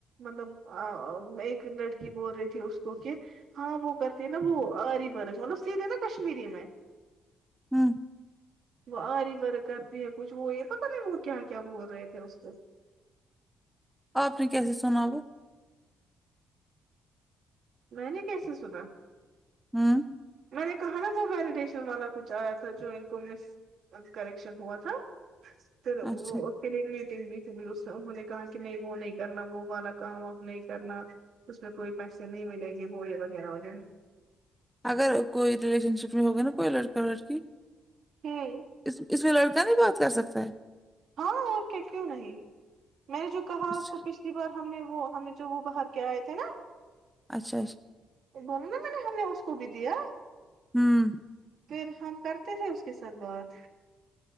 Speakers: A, on the right (about 70°); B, in the centre.
A: مطلب ایک لڑکی بول رہی تھی اس کو کہ ہاں وہ کرتی ہیں نا وہ ہری برش مطلب سیدھے نا کشمیری میں
B: ہوں
A: وہ آری ورک کرتی ہے کچھ وہ یہ پتہ نہیں وہ کیا کیا بول رہے تھے اس پ
B: آپ نے کیسے سنا وہ
A: میں نے کیسے سنا
B: ہمم
A: میں نے کہا نا وہ ویلیڈیشر والا کچھ آیا تھا جو ان کو میں کریکشن ہوا تھا پھر وہ
B: اچھا
A: کی میٹنگ بھی تھی اس انہوں نے کہا کہ نہیں وہ نہیں کرنا وہ والا کام اپ نہیں کرنا اس میں کوئی پیسے نہیں ملیں گے وہ یہ وغیرہ وغیرہ
B: اگر کوئی ریلیشن شپ میں ہوگا نا کوئی لڑکا لڑکی
A: ہاں
B: اس اس میں لڑکا نہیں بات کر سکتا ہے
A: ہاں اور کیا کیوں نہیں میں نے جو کہا
B: ہے
A: آپ کو پ اسی بار ہم نے وہ ہمیں جو وہ باہر کے آئے تھے نا
B: اچھا اچھ
A: بولو نا میں نے ہم نے اس کو بھی دیا
B: ہوں
A: پھر ہم کرتے تھے اس کے ساتھ بات